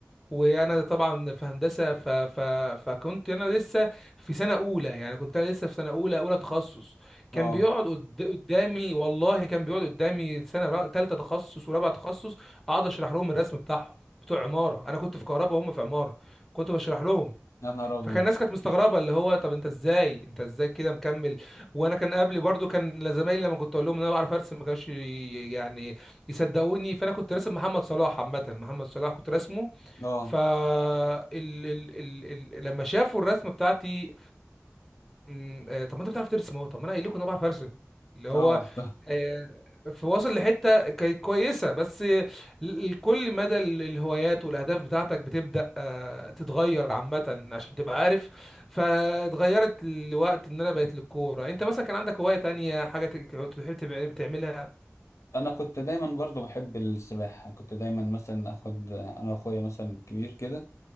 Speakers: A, in the centre; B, on the left.
A: وانا طبعا في هندسه ف... ف... فكنت انا لسه في سنه اولى يعني كنت انا لسه في سنه اولى اولى تخصص كان
B: اه
A: بيقعد قد... قدامي والله كان بيقعد قدامي سنه رأ... تالته تخصص ورابعه تخصص اقعد اشرح لهم الرسم بتاعهم بتوع عماره انا كنت في كهرباء وهم في عماره كنت بشرح لهم
B: يا نهار ابيض
A: فكان الناس كانت مستغربه اللي هو طب انت ازاي انت ازاي كده مكمل وانا كان قبلي برضو كان زمايلي لما كنت اقول لهم ان انا بعرف ارسم ما كانوش ي- يعني يصدقوني فانا كنت راسم محمد صلاح عامه محمد صلاح كنت راسمه
B: اه
A: ف ال... ال... ال... ال... لما شافوا الرسمه بتاعتي مم، آه، طب ما انت بتعرف ترسم اهو طب ما انا قايل لكم ان انا بعرف ارسم اللي هو
B: اه <laughs> أصلاً.
A: آه، فواصل لحته كانت كويسه بس ال- ال- كل مدى ال- الهوايات والاهداف بتاعتك بتبدا آه، تتغير عامه عشان تبقى عارف فاتغيرت الوقت ان انا بقيت للكوره انت مثلا كان عندك هوايه تانية حاجه ت- تحب تبع- تعملها
B: انا كنت دايما برضو بحب السباحه كنت دايما مثلا اخد انا واخويا مثلا الكبير كده